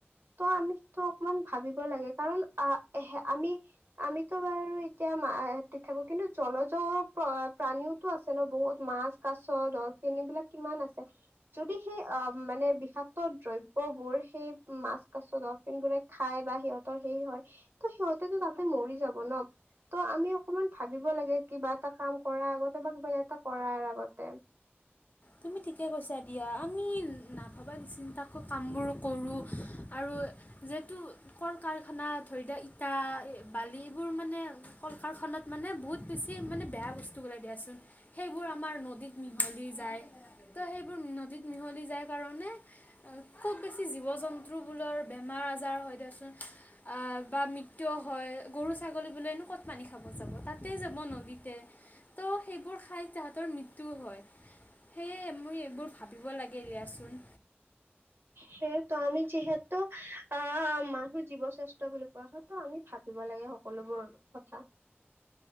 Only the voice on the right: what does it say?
ত আমি সেইটো অকমান ভাবিব লাগে, কাৰণ আহ, আমি আমিতো বাৰু এতিয়া মা কিন্তু জলজো প্ৰাণীওতো আছে ন, বহুত মাছ-কাছ। ডলফিন এইবিলাক কিমান আছে, যদি সেই, অ' মানে, বিষাক্ত দ্ৰব্যবোৰ সেই মাছ, কাছ, ডলফিনবোৰে খাই বা সিহঁতৰ সেই হয়, ত' সিহঁতেতো তাতেই মৰি যাব, ন? ত' আমি অকমান ভাবিব লাগে, কিবা এটা কাম কৰাৰ আগতে বা কিবা এটা কৰাৰ আগতে।
সেয়েতো আমি, যিহেতু, আহ, মানুহ জীৱশ্ৰেষ্ঠ। বুলি কোৱা হয়তো আমি ভাবিব লাগে সকলোবোৰ কথা। <inaudible>